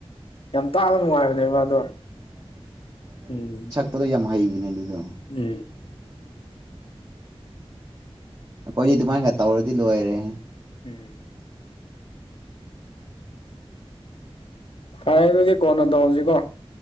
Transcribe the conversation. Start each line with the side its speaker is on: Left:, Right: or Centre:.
Left: ꯌꯥꯝ ꯇꯥꯕ ꯅꯨꯡꯉꯥꯏꯕꯅꯦ ꯃꯥꯗꯣ ꯎꯝ
Right: ꯄꯗꯣ ꯌꯥꯝ ꯍꯩꯕꯅꯦ ꯑꯗꯨꯗꯣ
Left: ꯎꯝ
Right: ꯑꯩꯈꯣꯏꯗꯤ ꯑꯗꯨꯃꯥꯏꯟꯒ ꯇꯧꯔꯗꯤ ꯂꯣꯏꯔꯦꯍꯦ
Left: ꯎꯝ ꯐꯔꯦ ꯑꯗꯨꯗꯤ ꯀꯣꯟꯅ ꯇꯧꯔꯁꯤꯀꯣ